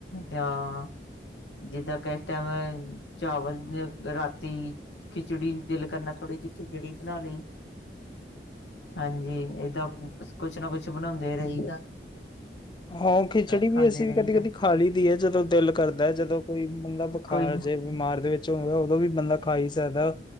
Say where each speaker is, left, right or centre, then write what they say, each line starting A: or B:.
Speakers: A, on the left (about 85°); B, on the left (about 25°).
A: ਅਆ- <inaudible> ਜਿੱਦਾਂ ਕਿ, ਇਸ ਟਾਈਮ, ਚਾਵਲ ਰਾਤੀ ਖਿਚੜੀ ਦਿਲ ਕਰਨਾ, ਥੋੜ੍ਹੀ ਜਿਹੀ ਖਿਚੜੀ ਬਣਾ ਲਈ। ਹਾਂਜੀ ਏਦਾਂ, ਕੁਛ ਨਾ ਕੁਛ ਬਣਾਉਦੇ ਰਹੀ ਦਾ-
B: ਹਾਂ ਖਿਚੜੀ
A: ਖਾਂਦੇ
B: ਵੀ ਅਸੀ
A: ਰਹੀ
B: ਵੀ ਕਦੀ-
A: ਦਾ
B: ਕਦੀ- ਖਾ ਲਈ ਦੀ ਐ, ਜਦੋ ਦਿਲ ਕਰਦਾ, ਜਦੋ ਕੋਈ ਬੰਦਾ ਬੁਖਾਰ
A: ਕੋਈ
B: ਜੇ ਬਿਮਾਰ ਦੇ ਵਿਚ ਹੋਦਾ, ਉਦੋ ਵੀ ਬੰਦਾ ਖਾ ਹੀ ਸਕਦਾ